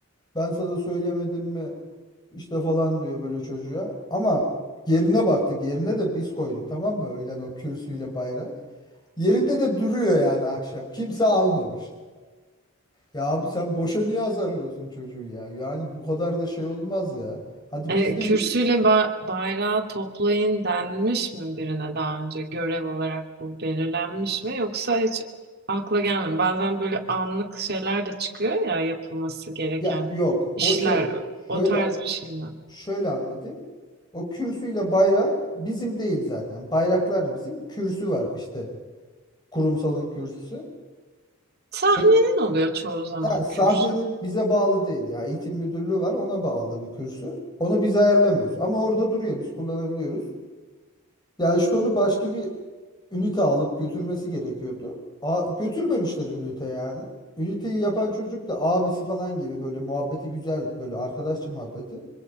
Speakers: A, on the left; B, on the right.
A: Ben sana söylemedim mi? İşte falan diyor böyle çocuğa. Ama yerine baktık. Yerine de biz koyduk tamam mı? Öğlen o kürsüyle bayrağı. Yerinde de duruyor yani akşam. Kimse almamış. Ya abi sen boşa niye azarlıyorsun çocuğu ya? Yani bu kadar da şey olmaz ya. Hadi
B: E,
A: biz de
B: kürsüyle ba- bayrağı toplayın denmiş mi birine daha önce görev olarak bu belirlenmiş mi yoksa hiç akla gelmiyor. Bazen böyle anlık şeyler de çıkıyor ya yapılması gereken
A: ya yok.
B: işler
A: O şey şöyle
B: o tarz bir şey mi?
A: şöyle anlatayım. O kürsüyle bayrağı bizim değil zaten. Bayraklar bizim. Kürsü var işte. kurumsalın kürsüsü.
B: Sahnenin
A: Onu,
B: oluyor çoğu zaman
A: ha, sahnenin
B: kürsü.
A: bize bağlı değil ya. Eğitim müdürlüğü var ona bağlı bir kürsü. Onu biz ayarlamıyoruz ama orada duruyor biz kullanabiliyoruz. Ya işte onu başka bir ünite alıp götürmesi gerekiyordu. A, götürmemişler ünite yani. Üniteyi yapan çocuk da abisi falan gibi böyle muhabbeti güzel böyle arkadaşça muhabbeti.